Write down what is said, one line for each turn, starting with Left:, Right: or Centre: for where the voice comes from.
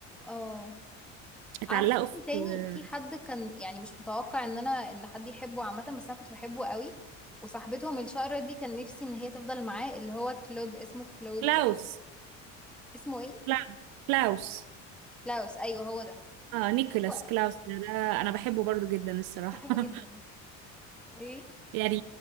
Centre: اه
Right: اتعلقوا
Centre: عارفة انت
Right: في
Centre: تاني
Right: آه،
Centre: في حد كان يعني مش متوقع ان انا ان حد يحبه عامة بس انا كنت بحبه قوي وصاحبتهم الشقرة دي كان نفسي ان هي تفضل معاه اللي هو كلود اسمه كلود
Right: كلاوس
Centre: اسمه ايه؟
Right: كلاوس كلاوس
Centre: كلاوس ايوه هو ده
Right: اه نيكولاس
Centre: هو
Right: كلاوس ده, ده انا بحبه برضو جدا الصراحة
Centre: كنت بحبه
Right: <laughs>
Centre: جدا ايه
Right: يعني